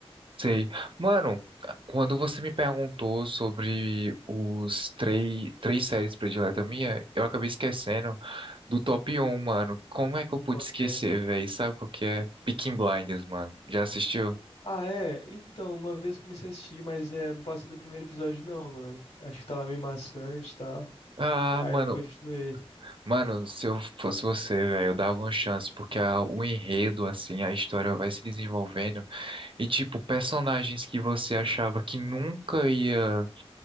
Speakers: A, on the right (about 55°); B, on the left (about 70°).
A: sei. Mano, quando você me perguntou sobre os três, três séries prediletas minha, eu acabei esquecendo do top um mano. Como é que eu pude
B: qual
A: esquecer,
B: que é?
A: velho? Sabe qual que é? Peaky Blinders, mano. Já assistiu?
B: Ah, é? Então, uma vez eu comecei a assistir, mas é, eu não passei do primeiro episódio, não, mano. Acho que tava meio maçante e tal.
A: Ah,
B: Aí
A: mano,
B: eu não continuei.
A: mano, se eu fosse você, velho, eu dava uma chance, porque a- o enredo, assim, a história vai se desenvolvendo, e tipo, personagens que você achava que nunca ia